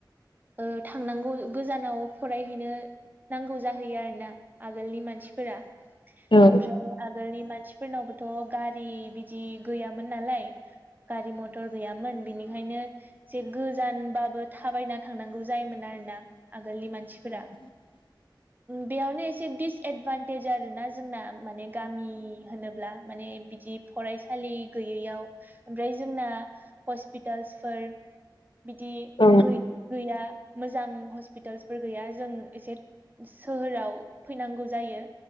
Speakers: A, on the right; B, on the left.
A: ओ थांनांगौ गोजानाव फरायहैनो नांगौ जाहैयो आरोना आगोलनि मानसिफोरा
B: औ
A: ओमफ्राय आगोलनि मानसिफोरनावबोथ' गारि बिदि गैयामोन नालाय गारि मथर गैयामोन बिनिखायनो जे गोजानबाबो थाबायना थांनांगौ जायोमोन आरोना आगोलनि मानसिफोरा
B: <inaudible>
A: बेयावनो एसे दिडिसएदभान्टेज आरोना जोंना माने गामि होनोब्ला माने बिदि फरायसालि गैयैयाव ओमफ्राय जोंना हस्पिटाल्सफोर बिदि
B: उम औ
A: गै गैया मोजां हस्पि हस्पिटालसफोर गैया जों एसे सोहोराव फैनांगौ जायो